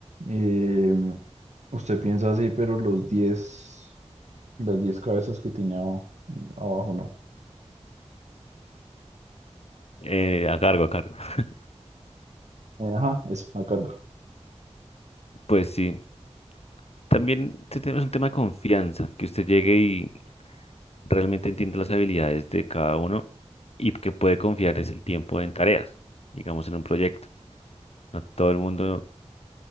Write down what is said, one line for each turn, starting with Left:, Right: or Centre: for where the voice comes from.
Right: eh, usted piensa así, pero los 10 Las diez cabezas que tiene aba- eh, abajo, ¿no?
Left: eh, a cargo, a cargo. <laughs>
Right: Eh, Ajá, eso, la carga.
Left: Pues sí. También este tema es un tema de confianza, que usted llegue y realmente entiende las habilidades de cada uno y que puede confiar es el tiempo en tareas, digamos en un proyecto. No todo el mundo,